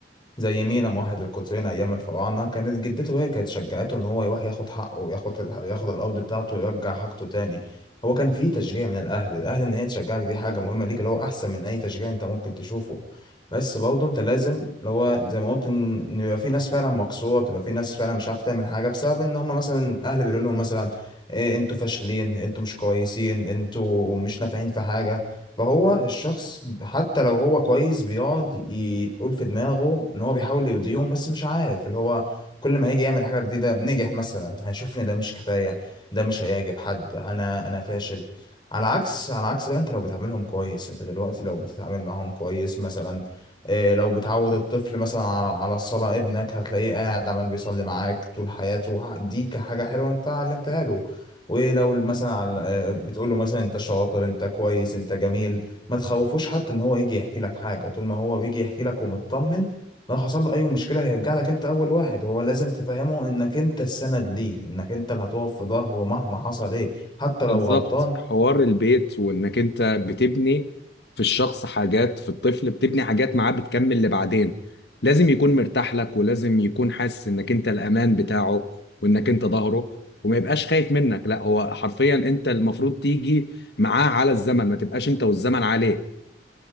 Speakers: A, on the left; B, on the left.
A: زي مينا موحد القطرين ايام الفراعنه كانت جدته هي كانت شجعته ان هو يروح ياخد حقه وياخد ال- ياخد الارض بتاعته ويرجع حاجته تاني هو كان في تشجيع من الاهل الاهل ان هي تشجعك دي حاجه مهمه ليك اللي هو احسن من اي تشجيع انت ممكن تشوفه بس برضه انت لازم اللي هو زي ما قلت ان إن يبقى في ناس فعلا مكسوره بتبقى في ناس فعلا مش عارفه تعمل حاجه بسبب ان هم مثلا الاهل بيقولوا لهم مثلا إيه انتوا فاشلين انتوا مش كويسين انتوا مش نافعين في حاجه فهو الشخص حتى لو هو كويس بيقعد يقول في دماغه ان هو بيحاول يرضيهم بس مش عارف اللي هو كل ما هيجي يعمل حاجة جديدة نجح مثلا هيشوف ان ده مش كفاية ده مش هيعجب حد انا انا فاشل على عكس على عكس بقى انت لو بتعاملهم كويس انت دلوقتي لو بتتعامل معاهم كويس مثلا إيه لو بتعود الطفل مثلا على على الصلاة ابنك هتلاقيه قاعد عمال بيصلي معاك طول حياته دي كحاجة حلوة انت علمتها له ولو مثلا على آه، بتقول له مثلا انت شاطر انت كويس انت جميل ما تخوفوش حتى ان هو يجي يحكي لك حاجه طول ما هو بيجي يحكي لك ومطمن لو حصل له اي مشكله هيرجع لك انت اول واحد هو لازم تفهمه انك انت السند ليه انك انت اللي هتقف في ظهره مهما حصل ايه حتى لو
B: بالظبط
A: غلطان
B: حوار البيت وانك انت بتبني في الشخص حاجات في الطفل بتبني حاجات معاه بتكمل لبعدين لازم يكون مرتاح لك ولازم يكون حاسس انك انت الامان بتاعه وانك انت ظهره وما يبقاش خايف منك لا هو حرفيا انت المفروض تيجي معاه على الزمن ما تبقاش انت والزمن عليه